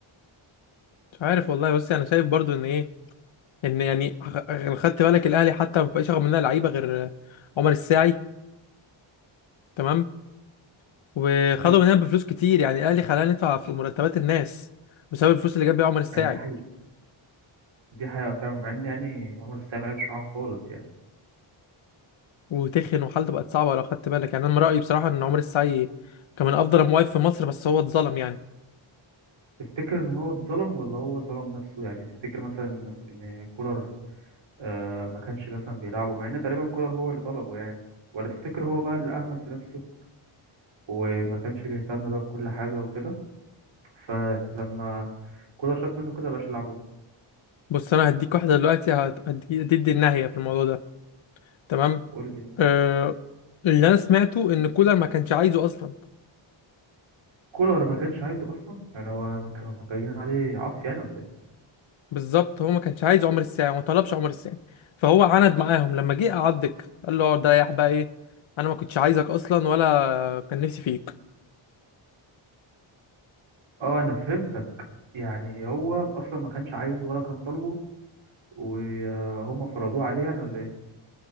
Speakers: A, on the left; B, on the right.
A: مش عارف والله بس انا شايف برضو ان ايه ان يعني خ- غ- خدت بالك الاهلي حتى ما بقاش ياخد مننا لعيبة غير عمر الساعي تمام وخدوا
B: اه
A: مننا بفلوس كتير يعني الاهلي خلانا ندفع في مرتبات الناس بسبب الفلوس اللي جاب بيها عمر الساعي
B: ما هي دي حقيقه دي حقيقه فعلا مع ان يعني عمر السام ما لعبش معاهم خالص يعني
A: وتخن وحالته بقت صعبة لو خدت بالك يعني انا من رأيي بصراحة ان عمر الساعي كان من افضل المواقف في مصر بس هو اتظلم يعني
B: تفتكر ان هو اتظلم ولا هو ظلم نفسه يعني تفتكر مثلا ان إن كولر آه ما كانش مثلا بيلعبه مع ان تقريبا كولر هو اللي طلبه يعني ولا تفتكر هو بقى اللي اهمل في نفسه وما كانش بيهتم بقى بكل حاجة وكده فلما كولر شاف منه كده مبقاش يلعبه
A: بص انا هديك واحده دلوقتي هت- هدي- هتدي النهايه في الموضوع ده تمام
B: قول لي
A: آه اللي انا سمعته ان كولر ما كانش عايزه اصلا
B: كولر ما كانش عايزه اصلا يعني هو ما كانوا جايبين عليه عف يعني ولا ايه
A: بالظبط هو ما كانش عايز عمر الساعه ما طلبش عمر الساعه فهو عند معاهم لما جه قعدك قال له اقعد ريح بقى ايه انا ما كنتش عايزك اصلا ولا كان نفسي فيك
B: اه انا فهمتك يعني هو اصلا ما كانش عايزه ولا كان طالبه وهم فرضوه عليه يعني ولا ايه